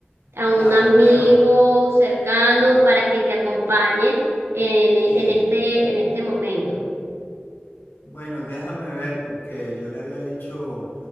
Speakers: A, on the right; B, on the left.
A: a
B: Claro,
A: un amigo
B: bueno.
A: cercano
B: Sí,
A: para que te acompañe en,
B: sí.
A: en este, en este momento.
B: Bueno, déjame ver, porque yo le había dicho